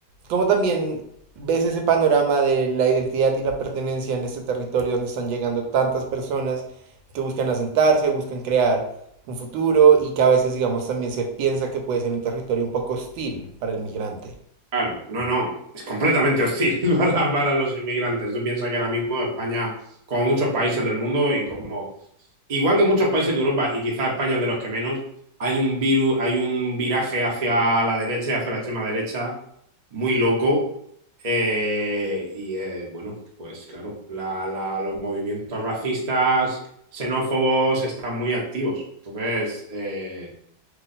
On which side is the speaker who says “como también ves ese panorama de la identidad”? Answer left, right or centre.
Right